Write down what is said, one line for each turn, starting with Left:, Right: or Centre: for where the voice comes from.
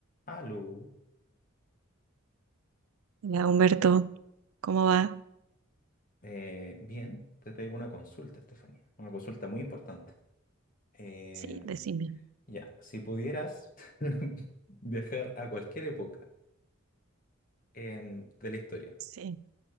Left: Aló,
Right: Hola Humberto, ¿cómo va?
Left: este, bien, te traigo una consulta, Estefanía, una consulta muy importante. Em,
Right: Sí, decime.
Left: ya, si pudieras <laughs> viajar a cualquier época em, de la historia,
Right: Sí.